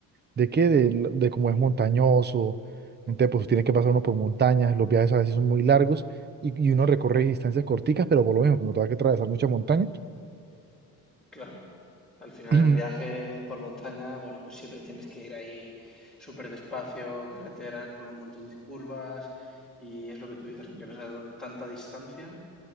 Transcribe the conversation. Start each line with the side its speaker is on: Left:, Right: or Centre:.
Right: de qué, de, l- de cómo es montañoso. Entonces, pues tiene que pasar uno por montañas, los viajes a veces son muy largos y, y uno recorre distancias corticas, pero por lo mismo, como te vas que atravesar mucha montaña.
Centre: Claro. Al final
Right: <clears throat>
Centre: el viaje por montaña, bueno, pues siempre tienes que ir ahí súper despacio, carreteras con un montón de curvas y es lo que tú dices, aunque no sea tanta distancia,